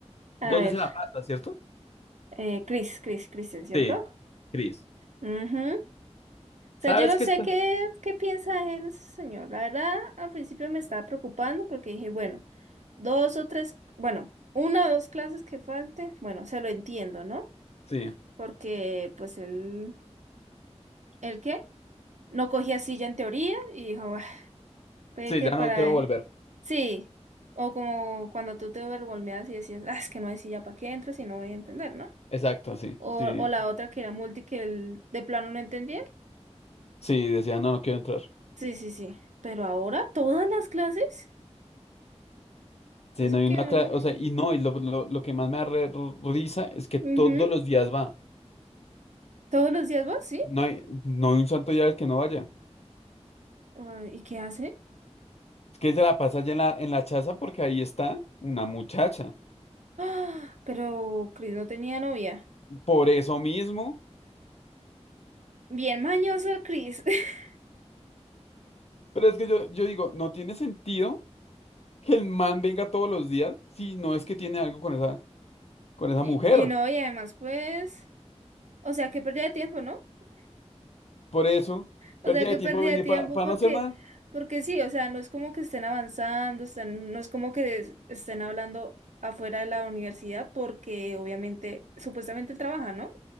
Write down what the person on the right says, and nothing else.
A
ver,
eh, Chris, Chris, Christian, ¿cierto?
Ujú. O
sea, yo no
sé
qué, qué piensa el señor. La verdad, al principio me estaba preocupando porque dije, bueno, dos o tres, bueno, una o dos clases que falte, bueno, se lo entiendo, ¿no?
Porque, pues, él, ¿el qué? No cogía silla en teoría y dijo, Puede
que
para...
eh, Sí, o como cuando tú te overwhelmeas y decías, ah, es que no sé si ya para qué entro si no voy a entender, ¿no?
O,
o la otra que era multi que el- de plano no entendía.
Sí, sí, sí. Pero ahora todas las clases,
y eso
que...
ujú,
Todos los días vas, ¿sí?
Ah, ¿y qué hace?
Ah, pero Chris no tenía novia.
Bien mañoso el Chris. <laughs>
Y,
y no, y además pues... O sea, que pérdida de tiempo, ¿no?
O
sea, que
pérdida
de tiempo
porque,
porque sí, o sea, no es como que estén avanzando, están, no es como que es- estén hablando afuera de la universidad porque obviamente, supuestamente él trabaja, ¿no?